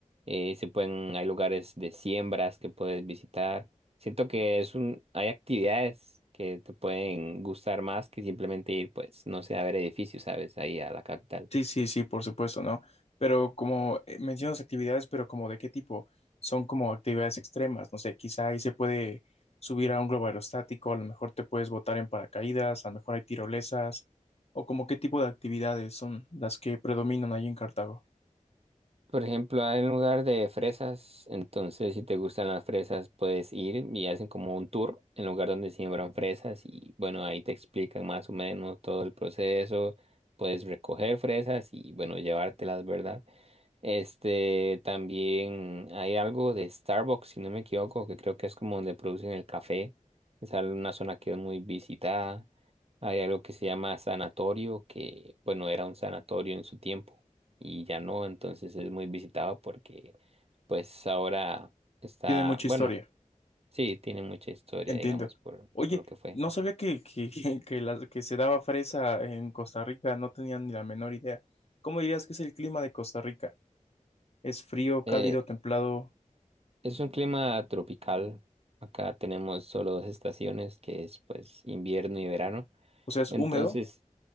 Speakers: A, on the right; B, on the left.
A: eh, se pueden, hay lugares de siembras que puedes visitar. Siento que es un, hay actividades que te pueden gustar más que simplemente ir, pues, no sé, a ver edificios, ¿sabes? Ahí a la capital.
B: Sí, sí, sí, por supuesto, ¿no? Pero como eh, mencionas actividades, pero como de qué tipo, son como actividades extremas, no sé, quizá ahí se puede subir a un globo aerostático, a lo mejor te puedes botar en paracaídas, a lo mejor hay tirolesas, o como qué tipo de actividades son las que predominan ahí en Cartago.
A: Por ejemplo, hay un lugar de fresas, entonces si te gustan las fresas, puedes ir y hacen como un tour en lugar donde siembran fresas y bueno, ahí te explican más o menos todo el proceso, puedes recoger fresas y bueno, llevártelas, ¿verdad? Este, también hay algo de Starbucks, si no me equivoco, que creo que es como donde producen el café. Es al- una zona que es muy visitada. Hay algo que se llama sanatorio, que bueno, era un sanatorio en su tiempo y ya no, entonces es muy visitado porque pues ahora está,
B: Tiene mucha
A: bueno,
B: historia,
A: sí, tiene mucha historia,
B: entiendo.
A: digamos, por,
B: Oye,
A: por lo que fue.
B: no sabía que, que, <laughs> que, la- que se daba fresa en Costa Rica, no tenía ni la menor idea. ¿Cómo dirías que es el clima de Costa Rica? ¿Es frío, cálido,
A: Eh,
B: templado?
A: es un clima tropical. Acá tenemos solo dos estaciones, que es pues invierno y verano.
B: O sea, ¿es
A: Entonces,
B: húmedo?